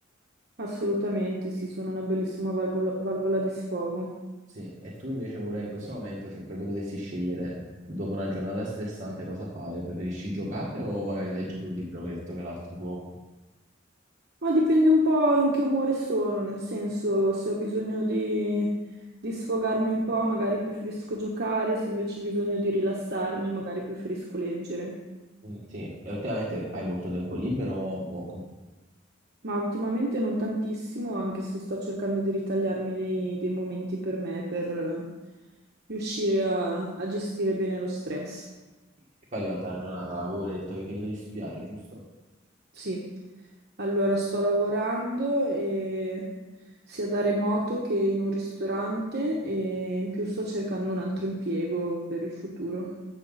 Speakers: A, on the right; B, on the right.
A: Assolutamente, sì, sono una bellissima valgo- valvola di sfogo.
B: Sì, e tu invece vorrei in questo momento, se proprio dovessi scegliere dopo una giornata stressante cosa fare, preferisci giocare o magari leggere un libro, che hai detto che è l'altro tuo?
A: Ma dipende un po' in che umore sono, nel senso, se ho bisogno di, di sfogarmi un po', magari preferisco giocare, se invece ho bisogno di rilassarmi, magari preferisco leggere.
B: Mm, Sì, e ultimamente hai molto tempo libero o poco?
A: Ma ultimamente non tantissimo, anche se sto cercando di ritagliarmi dei, dei momenti per me, per eh, riuscire a, a gestire bene lo stress.
B: E poi durante la giornata lavori, hai detto che hai finito di studiare, giusto?
A: Sì, allora sto lavorando e- sia da remoto che in un ristorante e in più sto cercando un altro impiego per il futuro.